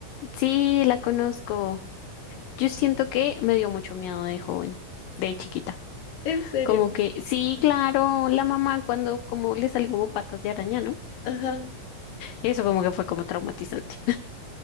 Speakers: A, on the left; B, on the left.
A: Sí, la conozco. Yo siento que me dio mucho miedo de joven, de chiquita.
B: En serio.
A: Como que, sí, claro, la mamá cuando como le salen como patas de araña, ¿no?
B: Ajá.
A: Eso como que fue como traumatizante.